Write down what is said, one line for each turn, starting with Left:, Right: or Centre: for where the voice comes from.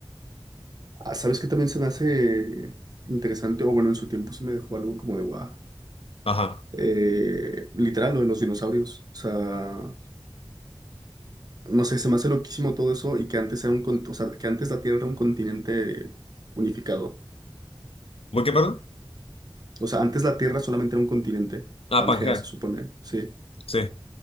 Right: Ah, ¿sabes qué también se me hace interesante? O bueno, en su tiempo se me dejó algo como de guau.
Left: Ajá.
Right: Eh, literal, lo de los dinosaurios. O sea, no sé, se me hace loquísimo todo eso y que antes era un, con- o sea, que antes la Tierra era un continente unificado.
Left: ¿Voy qué, perdón?
Right: O sea, antes la Tierra solamente era un continente.
Left: Ah,
Right: Pangea,
Left: Pangea,
Right: se supone, sí.
Left: sí.